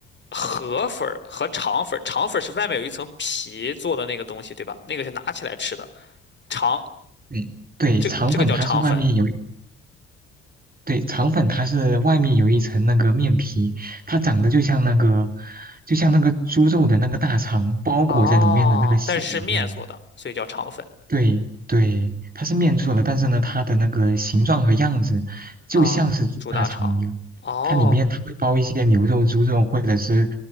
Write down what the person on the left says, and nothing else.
河粉儿和肠粉儿，肠粉儿是外面有一层皮做的那个东西，对吧？那个是拿起来吃的，肠
这个这个叫肠粉
哦，但是是面做的，所以叫肠粉
啊，猪大肠。哦，